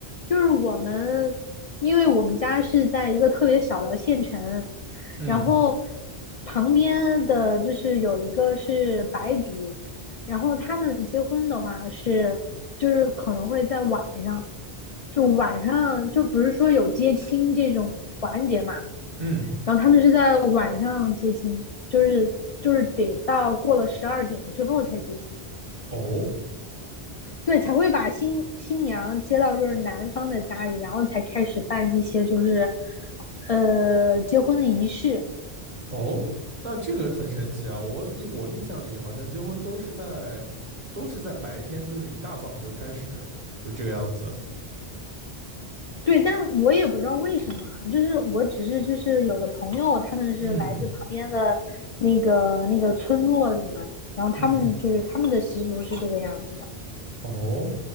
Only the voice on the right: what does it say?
嗯
嗯，
哦
哦，那这个很神奇啊！我印我印象里好像结婚都是在都是在白天，就是一大早就开始，就这个样子。
嗯
嗯，哦，